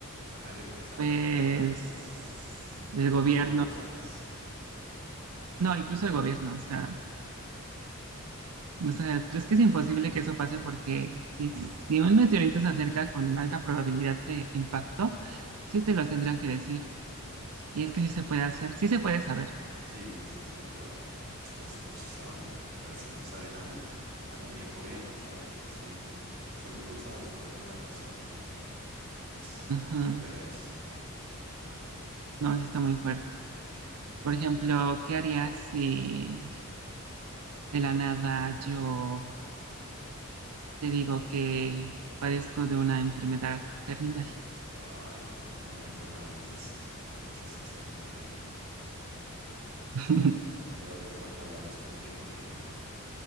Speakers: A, on the right; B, on the right.
A: Ajá, yo creo que se darían
B: pues,
A: cuenta como <laughs>
B: el
A: unos
B: gobierno,
A: minutos antes,
B: no, incluso
A: pero
B: el gobierno, o sea, O sea, es que es imposible que eso pase porque si, si un meteorito se acerca con alta probabilidad de impacto, sí te lo tendrían que decir.
A: <laughs>
B: Y es que sí se puede hacer, sí se puede saber.
A: sí, sí, sí, pero es una suposición de que a ver si no sabe nadie, nadie ni el gobierno sabe, así, solo tú sabes por alguna razón mágica. Pues
B: Ujú.
A: yo haría eso.
B: No, sí está muy fuerte. Por ejemplo, ¿qué harías si de la nada yo te digo que padezco de una enfermedad terminal?
A: Ay, no, no me, no me hagas esa, <laughs> porque esa sí está muy fea.
B: <laughs>
A: Pero ¿de cuánto hablamos? ¿Cuánto tiempo te queda?